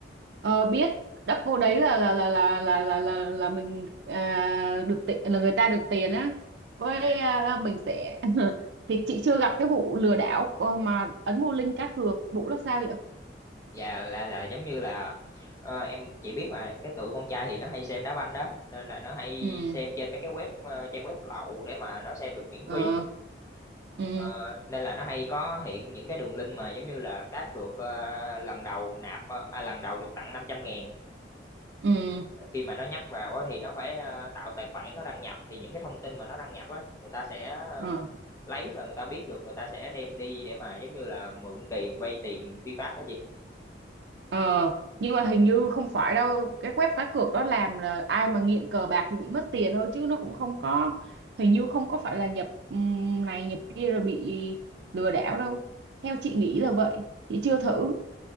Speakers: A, on the right (about 75°); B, on the left (about 15°).
A: Ờ, biết đắp vô đấy là là là là là là là, là mình à, được tiền là người ta được tiền á với
B: Dạ
A: à, mình sẽ <laughs> thì chị chưa gặp cái vụ lừa đảo ờ, mà ấn mua link cá cược vụ đó sao vậy
B: Dạ là, là giống như là ờ, em chỉ biết mà cái tụi con trai thì nó hay xem đá banh đó nên là nó hay
A: ừ
B: xem trên mấy cái web ờ, trang web lậu để mà nó xem được miễn
A: ờ
B: phí
A: ừ
B: Ờ, nên là nó hay có hiện những cái đường link mà giống như là cát được ờ, lần đầu nạp ờ, à, lần đầu được tặng năm trăm ngàn
A: ừ
B: khi mà nó nhấp vào á thì nó phải ờ, tạo tài khoản nó đăng nhập thì những cái thông tin mà nó đăng nhập á người ta sẽ ờ,
A: ừ
B: lấy và người ta biết được người ta sẽ đem đi để mà giống như là mượn tiền vay tiền phi pháp đó chị
A: ờ nhưng mà hình như không phải đâu cái web cá cược đó làm là ai mà nghiện cờ bạc thì bị mất tiền thôi chứ nó cũng không có hình như không có phải là nhập ừm, này nhập kia rồi bị lừa đảo đâu theo chị nghĩ là vậy chị chưa thử